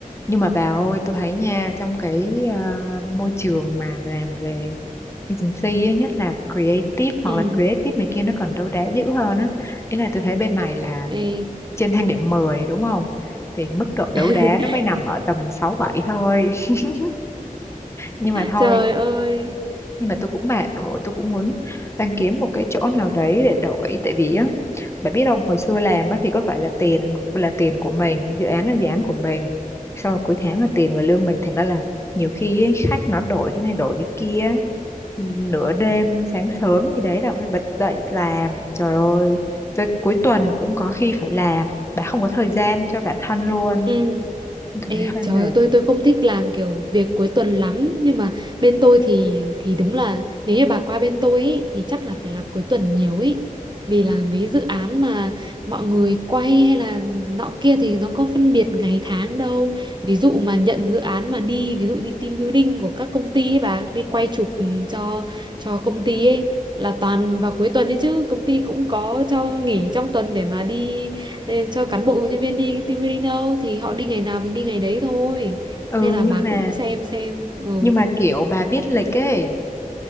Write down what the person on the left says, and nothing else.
nhưng mà bà ơi tôi thấy nha trong cái à, môi trường mà làm về agency á, nhất là creative hoặc
là creative này kia nó còn đấu đá dữ hơn á ý là tôi thấy bên này là
trên thang điểm 10 đúng không thì mức độ đấu
đá nó mới nằm ở tầm 6 7 thôi <laughs> nhưng mà thôi
nhưng mà tôi cũng mệt rồi tôi cũng muốn đang kiếm một cái chỗ nào đấy để đổi tại vì á bà biết không hồi xưa làm á thì có phải là tiền là tiền của mình dự án là dự án của mình xong rồi cuối tháng là tiền và lương mình thành ra là nhiều khi ấy, khách nó đổi cái này đổi cái kia ấy. Ừm, nửa đêm sáng sớm gì đấy là cũng phải bật dậy làm trời ơi tới cuối tuần cũng có khi phải làm bà không có thời gian cho bản thân luôn
tôi
thấy hơi
mệt
ừ
nhưng
mà
nhưng mà kiểu bà biết lịch ấy